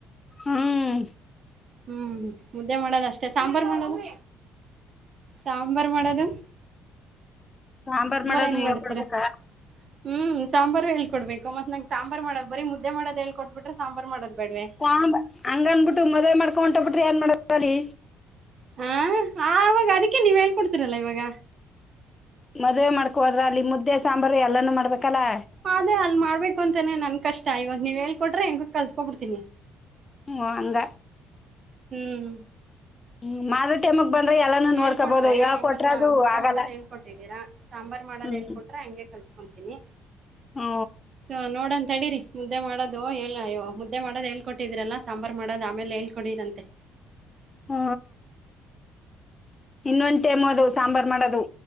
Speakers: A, on the left; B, on the right.
A: ಹ್ಮ್
B: ಹ್ಮ್ ಮುದ್ದೆ ಮಾಡದ ಅಷ್ಟೇ ಸಾಂಬಾರ್ ಮಾಡದು ಸಾಂಬಾರ್ ಮಾಡೋದು
A: ಸಾಂಬಾರ್ ಮಾಡೋದ್ನ
B: ಹೆಂಗ್
A: ಹೇಳ್
B: ಮಾಡ್ತೀರಾ
A: ಕೊಡ್ಬೇಕ
B: ಹ್ಮ್ ಸಾಂಬಾರು ಹೇಳ್ ಕೊಡ್ಬೇಕುತ್ ನಂಗಗೆ ಸಾಂಬಾರ್ ಮಾಡೋದ ಬರರಿ ಮುದ್ದೆ ಮಾಡೋ ಹೇಳ್ಬಿಟ್ರೆ ಸಾಂಬಾರಾರ್ ಮಾಡೋ ಬೇಡ್ವೆ <unintelligible>
A: ಹ ಹಂಗ ಅನ್ಬಿಟ್ಟು ಮದ್ವೆ ಮಾಡ್ಕೋ ಬಿಟ್ಟು ಹೊಂಟ್ ಹೋಗ್ ಬಿಟ್ರೆ ಏನ್ ಮಾಡ್ತರಿ
B: ಹಾ ಆ ಆವಾಗ ಅದಕ್ಕೆ ನೀವ್ ಹೇಳ್ಕೊಡ್ತಿರಲ್ಲ ಇವಾಗ
A: ಮದ್ವೆ ಮಾಡ್ಕೊ ಹೋದ್ರ ಅಲ್ಲಿ ಮುದ್ದೆ ಸಾಂಬಾರು ಎಲ್ಲಾನೂ ಮಾಡ್ಬೇಕಲ್ಲಾ
B: ಅದೇ ಅಲ್ ಮಾಡ್ಬೇಕು ಅಂತಾನನೆ ನನ್ ಕಷ್ಟ ಇವಾಗ ನೀವ ಹೇಳ್ಕೊಟ್ರೆ ಹೆಂಗ ಕಲ್ತ್ಕೊ ಬಿಡ್ತೀನಿ
A: ಹ ಅಂದ
B: ಹ್ಮ್
A: ಹ್ಮ್ ಮಾಡ ಟೈಂಮಕ್ ಬಂದ್ರೆ ಎಲ್ಲಾನು
B: ನೀವ್ ಹೇಳ್ಕೊಟ್ರೆ
A: ನೋಡ್ಕೋಬಹುದು ಹೇಳ್ಕೊಟ್ರದು
B: ಹೆಂಗೋಸ ಮುದ್ದೆ
A: ಆಗಲ್ಲ
B: ಮಾಡೋದ್ ಹೇಳ್ಕೊಟ್ಟಿದ್ದೀರಾ ಸಾಂಬಾರ್ ಮಾಡೋದ್
A: ಹ್ಮ್
B: ಹೇಳ್ಕೊಟ್ರೆ ಹಂಗೆ ಕಲ್ಚಕೊಂನಿ
A: ಹ್ಮ
B: ಸ ನೋಡಂತ ಅಡೀರಿ ಮುದ್ದೆ ಮಾಡೋದು ಹೇಳ ಅಯ್ಯೋ ಮುದ್ದೆ ಮಾಡೋದು ಹೇಳ್ಕೊಟ್ಟಿದೀರಲ್ಲಾ ಸಾಂಬಾರ್ ಮಾಡೋದು ಆಮೇಲೆ ಹೇಳ್ಕಡಡಿರಂತೆ
A: ಹ್ಮ ಇನ್ನೊಂದ್ ಟೈಮ ಅದು ಸಾಂಬಾರ ಮಾಡೋದು.